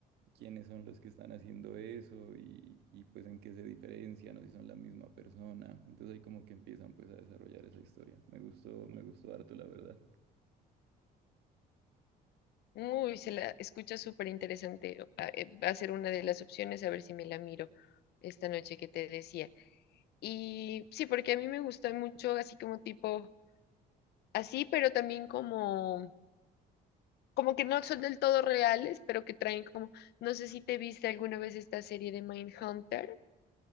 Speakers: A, on the right (about 75°); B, on the left (about 75°).
A: quiénes son los que están haciendo eso y, y pues en qué se diferencian o si son la misma persona. Entonces ahí como que empiezan pues a desarrollar esa historia. Me gustó, me gustó harto la verdad.
B: Uy, se la escucha súper interesante. Va eh, va a ser una de las opciones, a ver si me la miro esta noche que te decía. Y sí, porque a mí me gusta mucho así como tipo, así, pero también como como que no son del todo reales, pero que traen como, no sé si te viste alguna vez esta serie de Mindhunter.